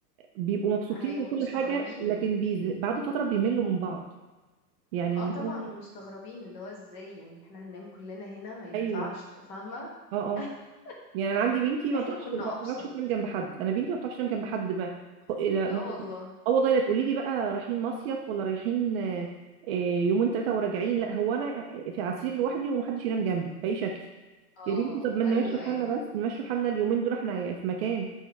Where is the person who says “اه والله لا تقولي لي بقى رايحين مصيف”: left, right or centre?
Right